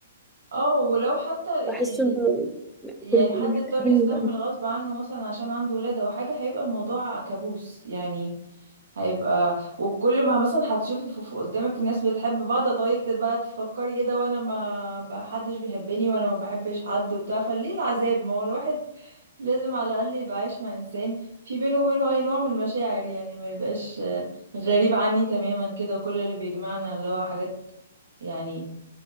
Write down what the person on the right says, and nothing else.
اه ولو حتى يعني
يعني
حد
اضطر يستحمل غصب عنه مثلا عشان عنده ولادة او حاجة هيبقى الموضوع كابوس يعني هيبقى وكل ما مثلا هتشوفي في في قدامك ناس بتحب بعض طيب بقى تفكري ايه ده وانا ما بقى حدش بيحبني وانا ما بحبش حد وبتاع فليه العذاب ما هو الواحد لازم على الاقل يبقى عايش مع انسان في بينه وبينه اي نوع من المشاعر يعني ما يبقاش آه، غريب عني تماما كده وكل اللي بيجمعنا اللي هو حاجات يعني